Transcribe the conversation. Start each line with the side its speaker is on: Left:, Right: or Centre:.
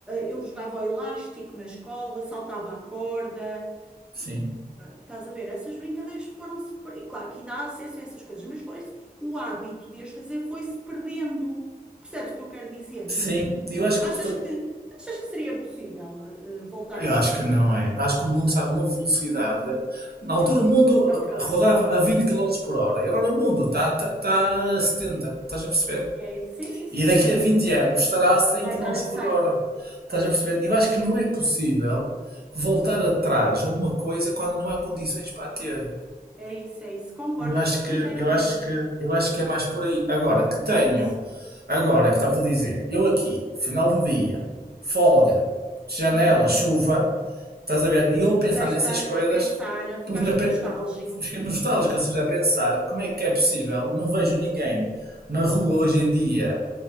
Centre: eu jogava ao elástico na escola, saltava a corda,
Right: Sim.
Centre: Estás a ver? Essas brincadeiras foram-se. per- e Claro que ainda há acesso a essas coisas, mas foi o hábito de as fazer foi-se perdendo. Percebes o que eu quero dizer?
Right: Sim. E Eu acho
Centre: Achas
Right: que foi.
Centre: que, achas que seria possível eh, eh, voltar
Right: Eu
Centre: a isso?
Right: acho que não é. Eu acho que o mundo está numa velocidade. Na
Centre: Yeah.
Right: altura o mundo
Centre: É o que eu
Right: rodava
Centre: acho.
Right: a 20 km por hora. e Agora o mundo está, está, está a 70. Estás a perceber?
Centre: É isso. Sim, sim, sim,
Right: E daqui
Centre: sim, sim.
Right: a 20 anos estará a 100
Centre: Vai
Right: quilómetros
Centre: estar a
Right: por
Centre: 100.
Right: hora. Estás
Centre: Pois.
Right: a perceber? Eu acho que não é possível voltar atrás a uma coisa quando não há condições para a ter.
Centre: É isso, é isso. Concordo
Right: Eu acho que,
Centre: inteiramente.
Right: eu acho que, eu acho que é mais por aí. Agora que tenho,
Centre: É isso.
Right: agora que estava a dizer, eu aqui, final do dia, folga, janela,
Centre: Uhum.
Right: chuva, estás a ver? E eu a pensar
Centre: Puseste
Right: nessas
Centre: a,
Right: coisas,
Centre: a pensar, ficaste
Right: por na, pe-
Centre: nostálgico.
Right: na- fiquei nostálgico, ou seja, a pensar como é que é possível, não vejo ninguém na rua hoje em dia,